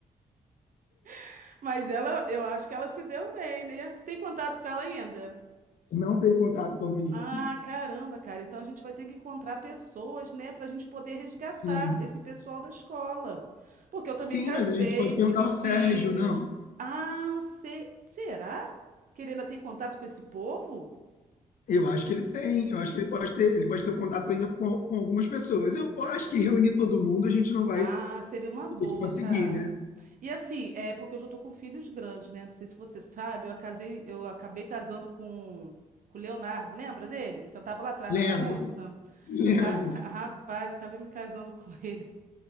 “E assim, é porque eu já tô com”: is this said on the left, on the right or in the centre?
Right